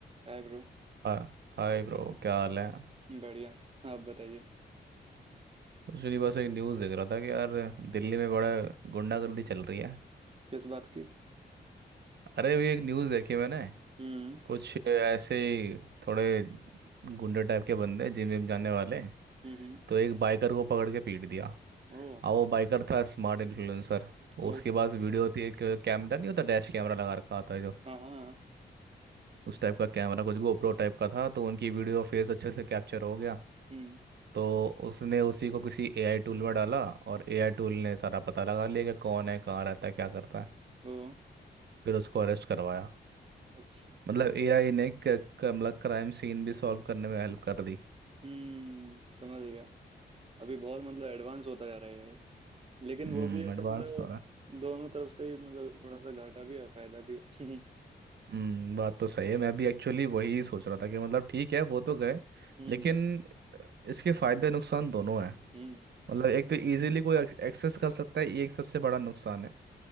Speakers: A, on the right; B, on the right.
A: हाय bro
B: हा- hi bro क्या हाल है
A: बढ़िया आप बताइए
B: कुछ नहीं बस एक न्यूज़ देख रहा था कि यार दिल्ली में बड़ा गुंडागर्दी चल रही है
A: किस बात की
B: अरे अभी एक न्यूज़ देखी मैंने
A: हम्म
B: कुछ ऐसे ही थोड़े गुंडे टाइप के बंदे जिम विम जाने वाले
A: हम्म
B: तो एक बाइकर को पकड़ के पीट दिया
A: ओ
B: अब वो बाइकर था स्मार्ट इन्फ्लुएंसर
A: ओ
B: उसके पास वीडियो थी एक कैमरा नहीं होता डैश कैमरा लगा रखा होता है जो
A: हाँ हाँ हाँ
B: उस टाइप का कैमरा कुछ गोप्रो टाइप का था तो उनकी वीडियो फेस अच्छे से कैप्चर हो गया
A: हम्म
B: तो उसने उसी को किसी एआई टूल में डाला और एआई टूल ने सारा पता लगा लिया कि कौन है कहाँ रहता है क्या करता है
A: ओ
B: फिर उसको अरेस्ट करवाया
A: अच्छा
B: मतलब एआई ने क- क- मतलब क्राइम सीन भी सॉल्व करने में हेल्प कर दी
A: हम्म समझ गया अभी बहुत मतलब एडवांस होता जा रहा है ये लेकिन
B: हम्म
A: वो भी है
B: एडवांस
A: कि मतलब
B: हो रहा है
A: दोनों तरफ से ही मतलब थोड़ा सा घाटा भी है फायदा भी है <laughs>
B: हम्म बात तो सही है मैं भी एक्चुअली वही सोच रहा था कि मतलब ठीक है वो तो गए
A: हम्म
B: लेकिन इसके फायदे नुकसान दोनों हैं
A: हम्म
B: मतलब एक तो इजीली कोई एक्सेस कर सकता है ये एक सबसे बड़ा नुकसान है